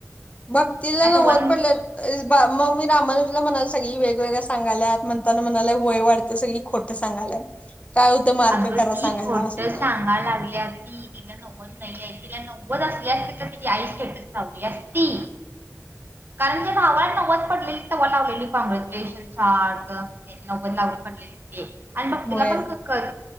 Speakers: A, on the left; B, on the right.
A: भक्तीला
B: मी असं
A: नव्वद
B: वन
A: पडल्यात मग मी रामानुज म्हणाला सगळी वेगवेगळ्या सांगायत म्हताना म्हणाय वय वाढतं सगळी खोटं सांगाल्यात. काय होतं मार्क
B: अग
A: खरा
B: ती
A: सांगायला
B: खोट
A: असं
B: सांगा
A: म्हणाला.
B: लागल्याती तिला नव्वद नाही तिला नव्वद असली असती तर तिची आई स्टेटस लावली असती कारण तिच्या भावाला नव्वद पडलेली तेव्हा लावलेली कॉनग्रॅच्युलेशन पार्थ नव्वद लावली पडलेली ते आणि भक्तीला
A: होय
B: पण खक